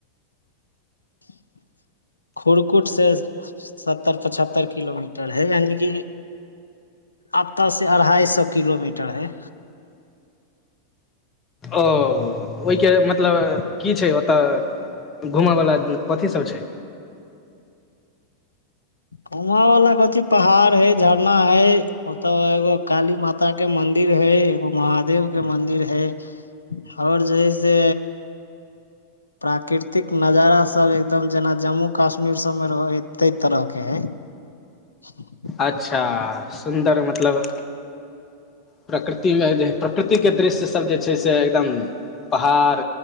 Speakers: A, on the left; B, on the left.
A: <unintelligible> खुरकुट से सत्तर-पचहत्तर किलोमीटर हय यानि कि अत्ता से अड़हाय सौ किलोमीटर हय।
B: ओ ओय के मतलब की छै ओता घूमा बला उम्म कथी सब छै?
A: घुमो बला कथी पहाड़ है झरना है ओ त एगो काली माता माता के मंदिर है एगो महादेव के मंदिर है। और जैसे प्राकृतिक नजारा सब एकदम जेना जम्मू काश्मीर सब में रहय है तय तरह के <unintelligible>
B: अच्छा सुन्दर मतलब प्रकृति में जे प्रकृति के दृश्य सब जे छै से एकदम पहाड़